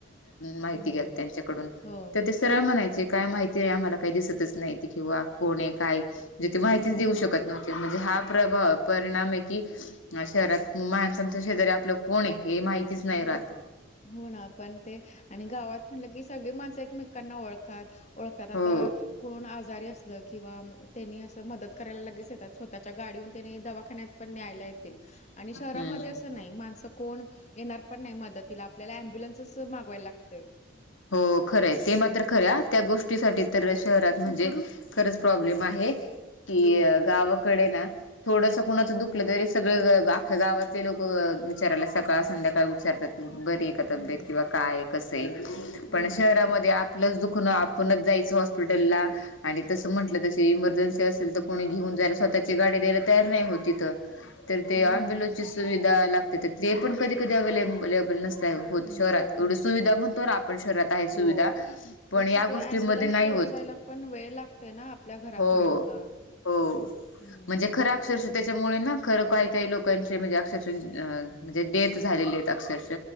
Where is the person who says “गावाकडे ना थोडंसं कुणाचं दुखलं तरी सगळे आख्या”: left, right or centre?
Left